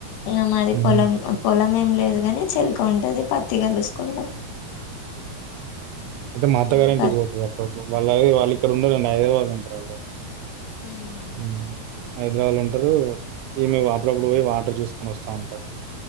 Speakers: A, on the left; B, on the right.
A: ఇంగ మాది
B: హ్మ్
A: పొలం పొలం ఏం లేదు కాని చెలక ఉంటుంది పత్తి <unintelligible>
B: అంటే మా అత్త
A: మ్మ్
B: గారింటికి
A: పత్
B: పోతది అప్పుడపుడు వాళ్ళ వాళ్ళు ఇక్కడ ఉండరండి హైదరాబాద్లో ఉంటారు వాళ్ళు
A: మ్మ్
B: హు హైదరాబాద్ లో ఉంటారు ఈమే అప్పుడప్పుడు పోయి వాటర్ చూసుకొని వస్తా ఉంటారు